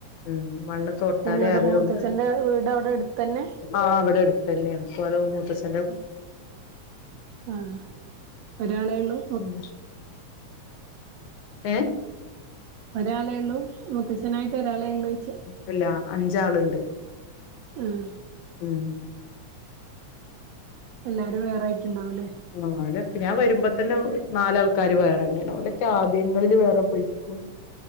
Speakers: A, on the left; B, on the right.
A: ഉം മണ്ണ് തൊട്ടാലേ
B: എന്നോടെ
A: അറ്യൊള്ളൂ.
B: മൂത്തച്ഛന്റെ വീട് അവിടെ അടുത്തന്നെ
A: ആഹ് വടട്ത്തന്നെണ്ഇപ്പോലെ വ് മൂത്തച്ഛ
B: ഉം ആഹ് ഒരാളെള്ളൂ.
A: ഉം <inaudible> ഏഹ്
B: ഒരാളെള്ളൂ മുത്തച്ഛനായിട്ട് ഒരാളെള്ളൂയ്ച്ചാ.
A: തല്ലാ അഞ്ചാള്ണ്ട്.
B: ഉം
A: ഉം
B: എല്ലാരും വേറായിട്ട്ണ്ടാവുലെ
A: ങ്ങലൊക്കെ ഞാൻ വരുമ്പതന്നെ നാലാൾക്കാര് വേറെന്നെണ് ഓലൊക്കെ ആദ്യങ്ങളില് വേറെ പോയി. ളും